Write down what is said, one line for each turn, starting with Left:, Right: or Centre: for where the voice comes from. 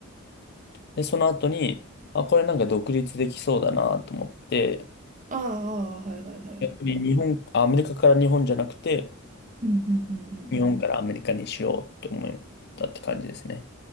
Left: で、その後に、あ、これなんか独立できそうだなと思って、
Right: ああ、ああはいはいはい。
Left: 逆に日本、あアメリカから日本じゃなくて、
Right: うんうんうんうん。
Left: 日本からアメリカにしようと思ったって感じですね。